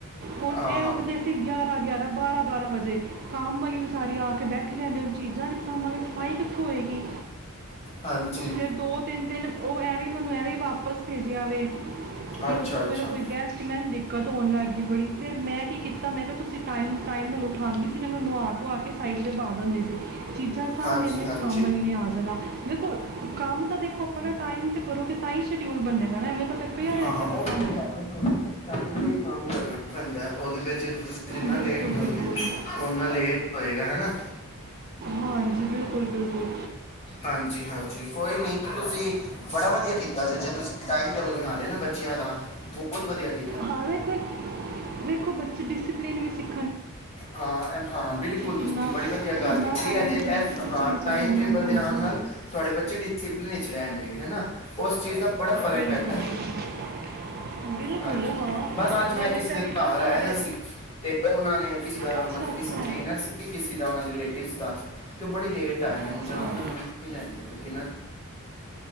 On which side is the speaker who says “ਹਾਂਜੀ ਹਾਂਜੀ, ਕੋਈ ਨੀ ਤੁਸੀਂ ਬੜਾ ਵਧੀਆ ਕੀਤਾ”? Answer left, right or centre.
Left